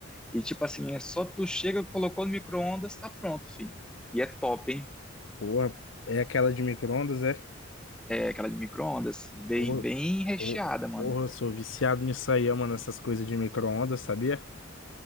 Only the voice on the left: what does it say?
Porra, é aquela de micro-ondas, é?
Porra,
por-
porra, eu sou viciado nisso aí, mano, essas coisas de micro-ondas, sabia?